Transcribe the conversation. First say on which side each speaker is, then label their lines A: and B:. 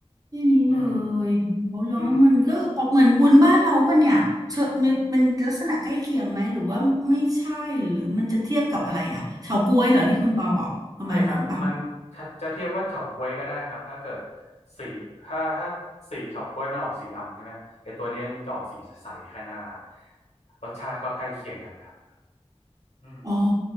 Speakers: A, on the right; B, on the left.
A: แค่นี้เล
B: อืม
A: ยแล้วแล้วมันก็ออกเหมือนวุ้นบ้านเราปะเนี่ยเชอะในเป็นลักษณะใกล้เคียงไหมหรือว่าไม่ใช่หรือมันจะเทียบกับอะไรอ่ะเฉาก๊วยเหรอที่คุณปอบอกประมาณนั้นปะ
B: อืมใช่ครับมันจะจะเทียบว่าเฉาก๊วยก็ได้ครับถ้าเกิดสีถ้าถ้าสีเฉาก๊วยมันออกสีดำใช่ไหมไอตัวนี้มันจะออกสีใสๆแค่นั้นแหละครับรสชาติก็ใกล้เคียงกันครับอืม
A: อ๋อ